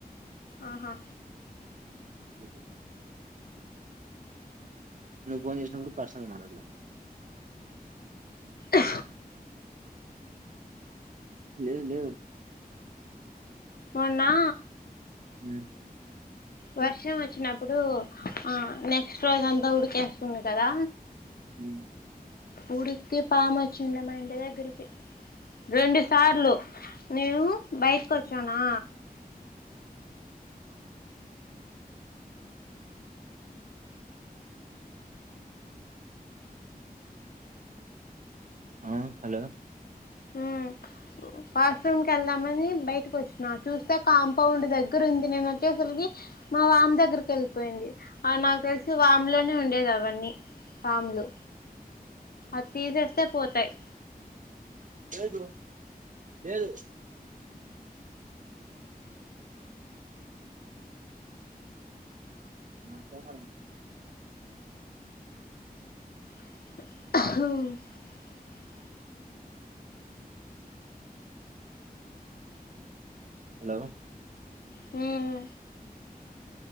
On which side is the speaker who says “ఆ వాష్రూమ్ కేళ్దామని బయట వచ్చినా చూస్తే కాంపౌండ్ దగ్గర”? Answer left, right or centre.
Left